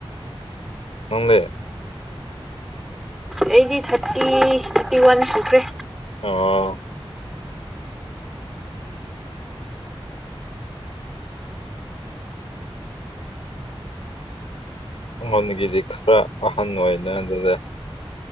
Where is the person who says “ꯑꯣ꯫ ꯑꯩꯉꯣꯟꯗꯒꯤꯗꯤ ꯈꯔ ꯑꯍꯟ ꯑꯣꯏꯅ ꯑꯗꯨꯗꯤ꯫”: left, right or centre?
Left